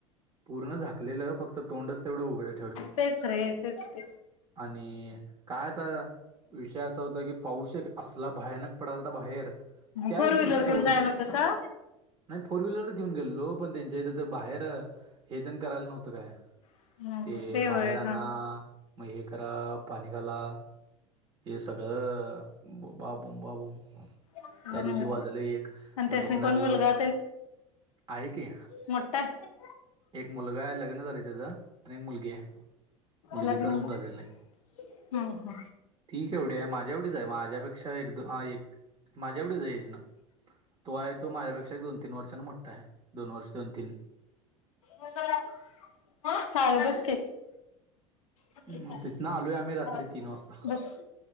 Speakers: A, on the right (about 25°); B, on the left (about 80°).
A: पूर्ण झाकलेलं फक्त तोंडच तेवढं उघड.
B: तेच रे तेच ते.
A: आणि काय आता- विषय असा होता की पाऊस एक असला भयानक पडालता बाहेर, त्याच
B: फोर
A: दिवशी
B: व्हीलर घेऊन
A: पाऊस
B: जायना तसा.
A: नाही फोर व्हीलरच घेऊन गेलेलो पण त्यांच्या इथ तर बाहेर हेतण करायला नव्हतं काय.
B: हम्म
A: ते
B: होय
A: बाहेर आना,
B: हा
A: मग हे करा, पाणी घाला. हे सगळं, बाबों बाबो,
B: होते
A: त्या दिवशी वाजले एक,
B: आणि
A: मग
B: त्यासनी
A: तिथन-
B: कोण मुलगा
A: आहे की,
B: मोठ्ठा आहे?
A: एक मुलगा आहे लग्न झालंय त्याच. आणी एक मुलगी आहे. मुलगीचा
B: लग्न
A: अजून
B: हम्म
A: झालेल नाही.
B: हम्म
A: ती केवढी आहे माझ्या एवढीच आहे माझ्यापेक्षा एक दो हा एक- माझ्या एवढेच आहेचना. तो आहे तो माझ्यापेक्षा दोन तीन वर्षांने मोठ्ठा आहे, दोन वर्ष, दोन तीन-
B: मिझोराम हा, चाल, बस की बस
A: मग तिथनं आलोय
B: <inaudible>
A: आम्ही रात्री
B: मग तू
A: तीन वाजता
B: बस